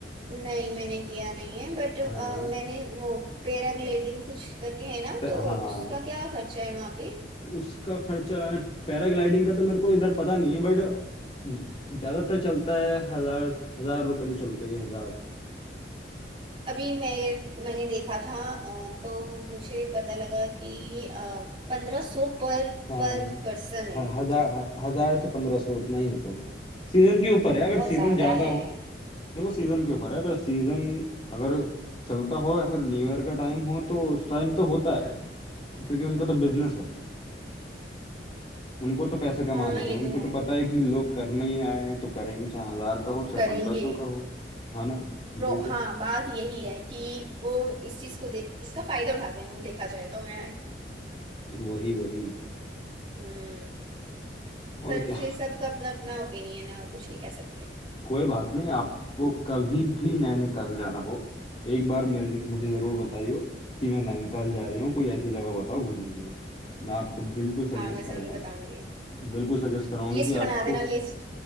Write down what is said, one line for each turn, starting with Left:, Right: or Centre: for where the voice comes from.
Right: नहीं मैंने किया नहीं है बट
Left: हाँ
Right: मैंने वो पैराग्लाइडिंग कुछ करके है ना
Left: प-
Right: तो
Left: हाँ हाँ
Right: उसका क्या खर्चा है वहां पे
Left: उसका खर्चा मैंने पैराग्लाइडिंग का तो मेरे को इधर पता नहीं है बट ज्यादातर चलता है हजार हजार रुपए तो चलता ही है हजार
Right: अभी मैं मैंने देखा था अ, तो मुझे पता लगा कि पंद्रह सौ पर
Left: हाँ
Right: पर पर्सन है
Left: ह-
Right: उधर
Left: हजार ह- हजार से पंद्रह सौ उतना ही होता होगा सीजन के ऊपर है
Right: बहुत
Left: अगर सीजन
Right: ज्यादा
Left: ज्यादा
Right: है
Left: हो देखो सीजन के ऊपर है अगर सीजन अगर चलता हो या फिर न्यू ईयर का टाइम हो तो उस टाइम तो होता है क्योंकि उनका तो बिजनेस है उनको तो पैसे कमाने
Right: हाँ ये
Left: हैं उनको
Right: तो है
Left: तो पता है कि लोग करने ही आए हैं तो करेंगे चाहे हजार का हो चाहे
Right: करेंगे
Left: पंद्रह सौ का हो है ना
Right: प्रो
Left: वही तो
Right: हाँ बात यही है कि वो इस चीज को दे इसका फायदा उठाते हैं वो देखा जाए तो मैं
Left: वही वही
Right: हम्म
Left: और
Right: पर
Left: क्या
Right: फिर सबका अपना अपना ओपिनियन है और कुछ नहीं कह सकते
Left: कोई बात नहीं आपको कभी भी नैनीताल जाना हो एक बार मेरे मुझे ज़रूर
Right: हम्म
Left: बताइयो कि मैं नैनीताल जा रही हूँ कोई ऐसी जगह बताओ घूमने के लिए मैं आपको बिल्कुल सजेस्ट
Right: हाँ मैं
Left: करूँगा
Right: जरूर बताऊंगी
Left: बिल्कुल सजेस्ट कराऊंगा
Right: लिस्ट
Left: कि
Right: बना
Left: आपको
Right: देना लिस्ट